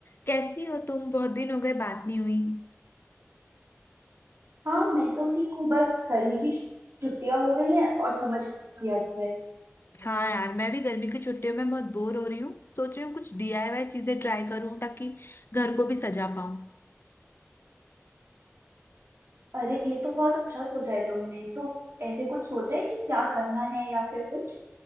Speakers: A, on the left; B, on the right.
A: कैसी हो तुम बहुत दिन हो गए बात नहीं हुई
B: हाँ मैं तो ठीक हूँ बस गर्मी की छुट्टियां हो गई हैं और समझ किया जाए
A: हाँ यार मैं भी गर्मी की छुट्टियों में बहुत बोर हो रही हूँ सोच रही हूँ कुछ डीआईवाई चीजें ट्राई करूँ ताकि घर को भी सजा पाऊँ
B: अरे ये तो बहुत अच्छा सोचा है तुमने तो ऐसे कुछ सोचा है कि क्या करना है या फिर कुछ